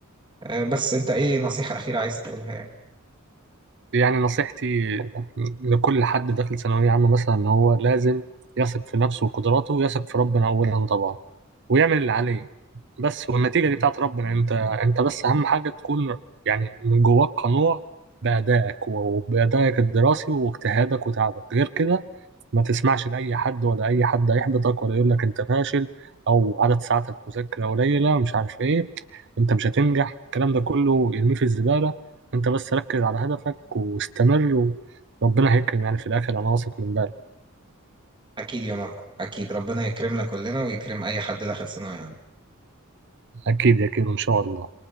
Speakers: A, on the right; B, on the right.
A: آه، بس انت ايه نصيحه اخيره عايز تقولها يعني
B: يعني نصيحتي لكل حد داخل ثانوية عامة مثلا إن هو لازم يثق في نفسه وقدراته ويثق في ربنا أولا طبعا ويعمل اللي عليه بس والنتيجة دي بتاعت ربنا أنت أنت بس أهم حاجة تكون يعني من جواك قنوع بأدائك و- وبأدائك الدراسي واجتهادك وتعبك غير كده ما تسمعش لأي حد ولا أي حد هيحبطك ولا يقول لك أنت فاشل أو عدد ساعاتك مذاكرة قليلة مش عارف إيه انت مش هتنجح الكلام ده كله ارميه في الزبالة انت بس ركز على هدفك واستمر وربنا هيكرم يعني في الاخر انا واثق من ده
A: اكيد يا ماركو اكيد ربنا يكرمنا كلنا ويكرم اي حد داخل ثانويه عامة.
B: اكيد يا كيرو ان شاء الله